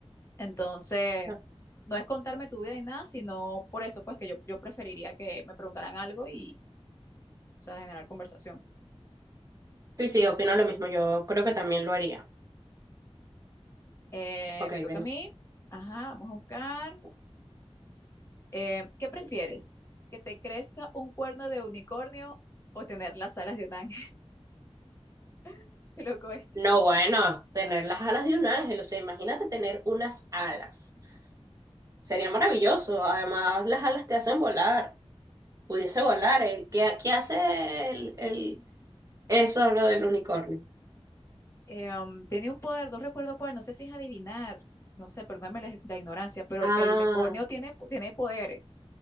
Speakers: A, on the left; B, on the right.
A: Entonces,
B: Ah,
A: no es contarme tu vida ni nada, sino por eso, pues que yo, yo preferiría que me preguntaran algo y, o sea, generar conversación.
B: Sí, sí, opino lo mismo. Yo creo que también lo haría.
A: Eh,
B: Ok,
A: me toca
B: bien
A: a mí.
B: tú.
A: Ajá, vamos a buscar. Eh, ¿qué prefieres? ¿Que te crezca un cuerno de unicornio o tener las alas de un ángel? <laughs> Qué loco esto.
B: No, bueno, tener las alas de un ángel. O sea, imagínate tener unas alas. Sería maravilloso. Además, las alas te hacen volar. Pudiese volar. ¿eh? ¿Qué, qué hace el, el, eso, lo del unicornio?
A: Eh, um, tiene un poder, no recuerdo cuál, no sé si es adivinar, no sé, perdóname la, la ignorancia, pero
B: Ah.
A: el unicornio tiene, po- tiene poderes